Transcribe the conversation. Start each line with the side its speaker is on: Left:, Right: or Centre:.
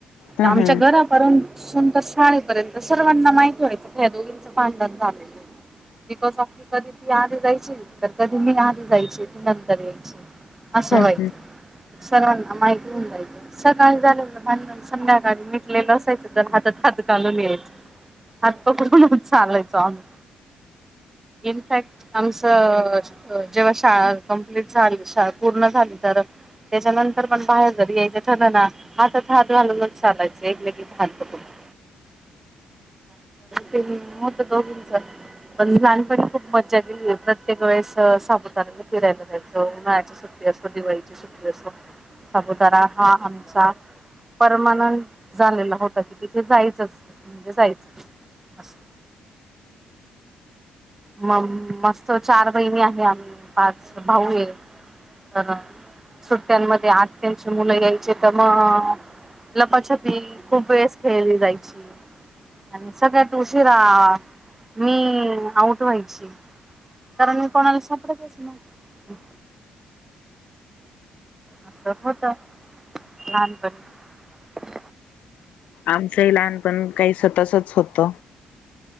Left: हम्म
Right: आमच्या
Left: हम्म
Right: घरा <unintelligible> शाळेपर्यंत सर्वांना माहिती व्हायं दोघींच भाडंन झालेय बिकॉज ऑफ कधी ती आधी जायाची तर कधी मी आधी जायाची. <unintelligible> असं
Left: हम्म
Right: व्हायचं
Left: हम्म
Right: सर्वांना ऐकून जायचं सकाळी झालेल भांडण संध्याकाळी मिटलेलं असायचं तर हातात हात घालून यायचं हात पकडून चालायचो आम्ही, इनफॅक्ट आमचं जेव्हा शाळा कम्प्लीट झाली शाळा पूर्ण झाली तर त्याच्यानंतर पण बाहेर जरी यायचं ठलं ना हातात हात घालूनच चालायचं एकमेकीचे हात पकडून. ते होत दोघींचं पण लहानपणी खूप मग प्रत्येक वेळेस <unintelligible> नळ्याची सुट्टी असो दिवाळीची सुट्टी असो सापुतारा हा आमचा परमनंट झालेला होता कि तिथे जायच म्हणजे जायच अस. मग मग हो चार बहिणी आहे आम्ही पाच भाऊ एक तर सुट्ट्यांमध्ये आत्यांची मुलं यायचे तर मग लपाछपी खूप वेळेस खेळली जायची, आणि सगळ्यात उशीरा मी आऊ व्हायची. कारण मी कोणाला सापडयच नाही. अस होत लहानपणी.
Left: आमचंही लहानपण काहीस तसच होत.